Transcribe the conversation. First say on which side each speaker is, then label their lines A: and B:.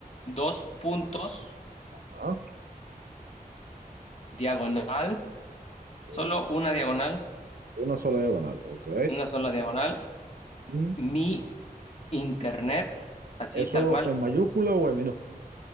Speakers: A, on the left (about 45°); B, on the right (about 75°).
A: dos puntos
B: ajá.
A: diagonal, solo
B: o-
A: una diagonal,
B: Una sola diagonal, ok.
A: una sola diagonal,
B: mm,
A: mi internet, así
B: ¿Eso
A: tal cual.
B: en mayúscula o en minúscula?